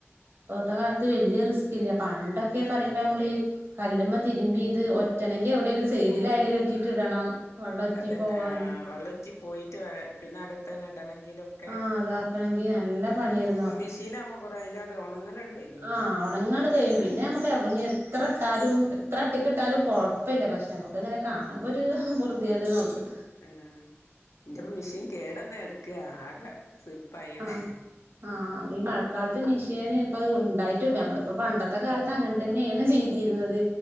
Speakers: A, on the right (about 55°); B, on the left (about 85°).
A: ഇപ്പഴത്തെ കാലത്ത് വെല്ല്യ റിസ്ക് ഇല്ല പണ്ടൊക്കെ പറയുമ്പോ നമ്മളീ കല്ലുമ്മ തിരുമ്പി ഇത് ഒറ്റണെങ്കി എവിടെലും സൈഡിൽ അയല് കെട്ടിട്ട് ഇടണം വെള്ളം ഒറ്റി
B: അതന്നെ
A: പോവാന്
B: ആ വെള്ളുറ്റി പോയിട്ട് വേ പിന്നെ അക ത്തന്നെ ഇടണങ്കിലൊക്കെ
A: ആഹ് അതാക്കണെങ്കി നല്ല പണിയായിരുന്നു
B: ഇപ്പൊ മെഷീൻ ആകുമ്പോ കുറേ അയ്ലാണ്ട് ഉണങ്ങലട് കഴിയല്ലോ
A: ആ ഉണങ്ങണ്ട് കഴിയും പിന്നെ നമക്ക് എവ് എത്ര ട്ടാലും എത്ര അട്ടിക്കിട്ടാലും കൊഴപ്പല്ല പക്ഷെ നമുക്കങ്ങനെ കാണുമ്പോരു പോർതിയേട്ന്നൊള്ളു
B: ആ ന്റെപ്പം മെഷീൻ കേടന്ന് കെടക്ക ആകെ സുയ്പായിന്
A: ആഹ് ആഹ് ഈ മഴക്കാലത്ത് മെഷീന് ഇപ്പ ണ്ടായിട്ട് പ്പ നമ്മള് ഇപ്പൊ പണ്ടത്തെ കാലത്ത് അങ്ങനെ തന്നേണ് ചെയ്തിര്ന്നത്